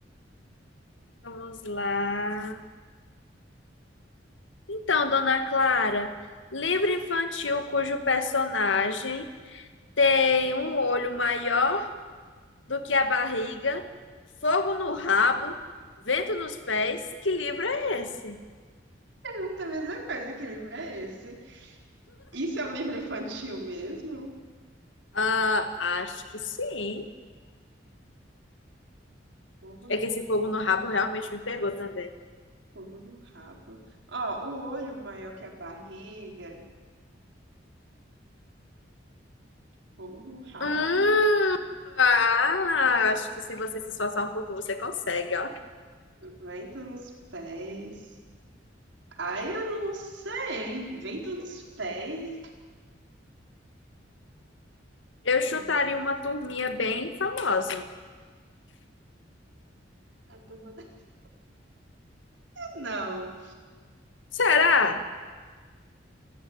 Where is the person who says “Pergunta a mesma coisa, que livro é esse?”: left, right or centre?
Right